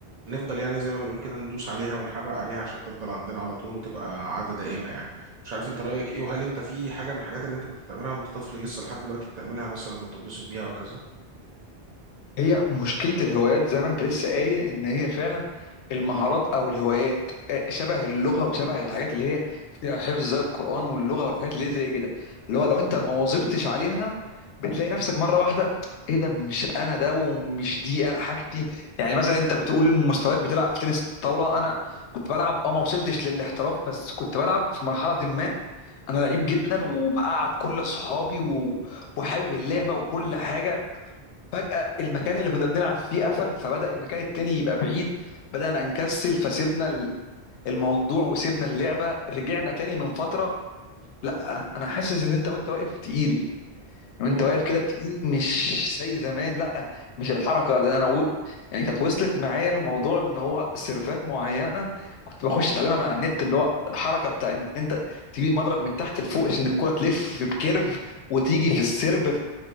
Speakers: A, on the right (about 55°); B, on the left (about 80°).
A: نفضل يعني زي ما بنقول كده ندوس عليها ونحرق عليها عشان تفضل عندنا على طول وتبقى عادة دائمة يعني مش عارف انت رأيك ايه وهل انت في حاجة من الحاجات اللي انت كنت بتعملها وانت طفل لسه لحد دلوقتي بتعملها مثلا وبتتبسط بيها وكذا
B: هي مشكلة الهوايات زي ما انت لسه قايل ان هي فعلا المهارات او الهوايات آه، شبه اللغة وشبه الحاجات اللي هي فيها حفظ زي القرآن واللغة والحاجات اللي هي زي كده اللي هو لو انت ما واظبتش عليها بتلاقي نفسك مرة واحدة ايه ده مش انا ده ومش دي انا حاجتي يعني مثلا انت بتقول مستواك بتلعب في تنس طاولة انا كنت بلعب اه ما وصلتش للاحتراف بس كنت بلعب في مرحلة ما انا لعيب جدا وبقعد كل اصحابي و... وحابب اللعبة وكل حاجة فجأة المكان اللي كنا بنلعب فيه قفل فبدأ المكان التاني يبقى بعيد بدأنا نكسل فسيبنا ال- الموضوع وسيبنا اللعبة رجعنا تاني من فترة لا أنا حاسس إن أنت وأنت واقف تقيل وأنت
A: مم.
B: واقف كده تقيل مش زي زمان لا مش الحركة ده أنا و... يعني كانت وصلت معايا الموضوع إن هو سيرفات معينة كنت بخش أتعلمها من على النت اللي هو الحركة بتاع إن أنت تجيب المضرب من تحت لفوق عشان الكرة تلف بكيرف وتيجي في السيرف